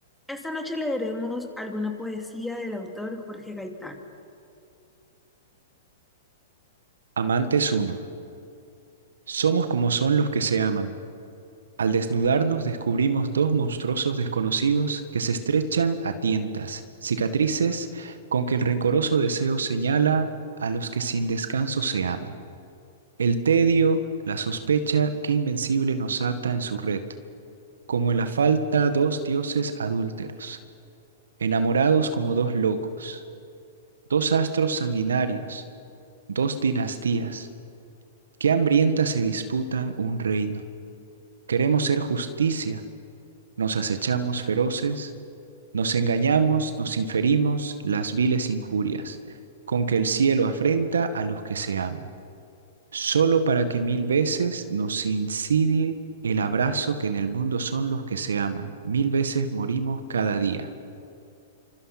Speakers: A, in the centre; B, on the right.
A: Esta noche leeremos alguna poesía del autor Jorge Gaitán.
B: Amantes uno, somos como son los que se aman. Al desnudarnos descubrimos dos monstruosos desconocidos que se estrechan a tientas, cicatrices con que el rencoroso deseo señala a los que sin descanso se aman. El tedio, la sospecha que invencible nos ata en su red, como en la falta dos dioses adúlteros, enamorados como dos locos, dos astros sanguinarios, dos dinastías, que hambrientas se disputan un reino Queremos ser justicia, nos acechamos feroces, nos engañamos, nos inferimos las viles injurias, con que el cielo afrenta a los que se aman, solo para que mil veces nos insidie el abrazo que en el mundo son los que se aman. Mil veces morimos cada día.